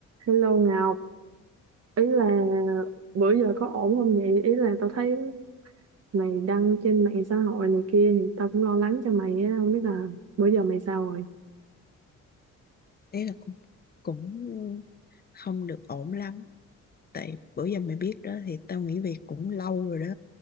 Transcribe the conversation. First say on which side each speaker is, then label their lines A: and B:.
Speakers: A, on the right (about 55°); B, on the left (about 30°).
A: Hello Ngọc, ý là bữa giờ có ổn không vậy? Ý là tao thấy mày đăng trên mạng xã hội này kia thì tao cũng lo lắng cho mày á, không biết là bữa giờ mày sao rồi.
B: đấy là cũng cũng không được ổn lắm tại bữa giờ mày biết đó thì tao nghỉ việc cũng lâu rồi đó